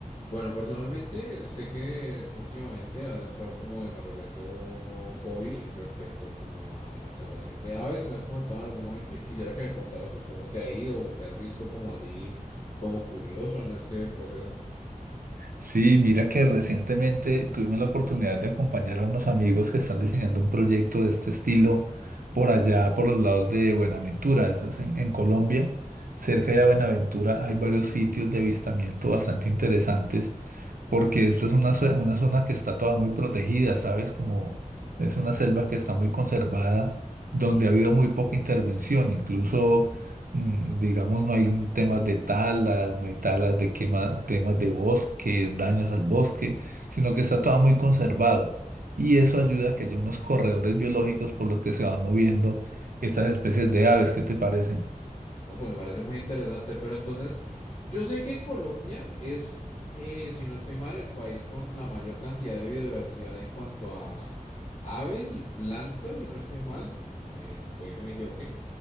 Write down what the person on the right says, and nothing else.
Sí, mira que recientemente tuvimos la oportunidad de acompañar a unos amigos que están diseñando un proyecto de este estilo por allá, por los lados de Buenaventura, eso es en, en Colombia. Cerca de Buenaventura hay varios sitios de avistamiento bastante interesantes porque esto es una, zue- una zona que está toda muy protegida, ¿sabes? Como es una selva que está muy conservada, donde ha habido muy poca intervención, incluso, mm, digamos, no hay temas de talas, no hay talas de quema, temas de bosque, daños al bosque, sino que está toda muy conservado. Y eso ayuda a que haya unos corredores biológicos por los que se van moviendo estas especies de aves, ¿qué te parecen?